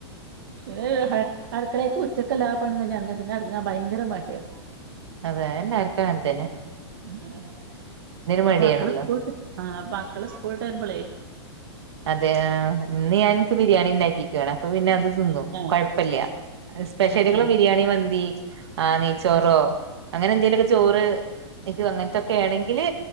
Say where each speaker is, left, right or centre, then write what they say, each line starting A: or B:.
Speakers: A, on the right; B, on the right.
A: പിന്നെരുഹേ അട്ക്കളെയെക്ക് ഉച്ചക്കെല്ലാ പണികയ്ഞേർങ്ങിയ പിന്നെയർങ്ങാ ഭയങ്കര മടിയാ.
B: അതെ എന്ന ആർക്കാ അൻത്തനെ.
A: ആ
B: മടിയാണല്ലോ
A: മക്കള് സ്കൂൾട്ട് ആ മക്കള് സ്കൂൾ ട്ടെരുബെളേ
B: അതെ ആ ഇന്ന് ഞാ ൻക്ക് ബിരിയാണി ണ്ടാക്കിക്കാ അപ്പ പിന്നെ അത് തിന്നും
A: ഏഹ്
B: കൊഴ്പ്പല്ല സ്പെഷ്യലികള്
A: ഏഹ് ഏഹ്
B: ബിരിയാണി മന്തി ആ നെയ്ച്ചോറോ
A: ഏഹ്
B: അങ്ങനെ എന്തേലൊക്കെ ചോറ് ട്ടിക്ക് അങ്ങൻത്തൊക്കെണെങ്കില്